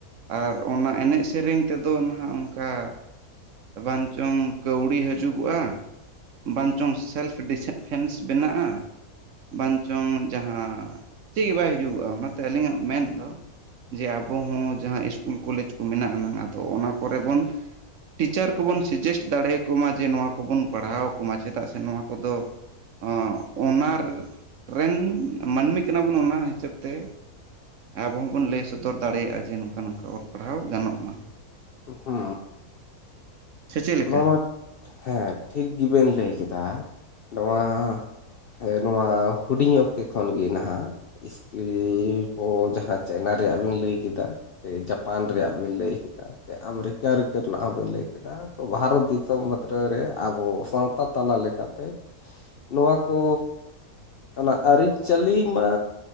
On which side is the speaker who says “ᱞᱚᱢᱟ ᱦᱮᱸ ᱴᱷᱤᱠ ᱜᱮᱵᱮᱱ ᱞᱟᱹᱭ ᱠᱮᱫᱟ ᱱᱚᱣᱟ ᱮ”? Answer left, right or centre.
Left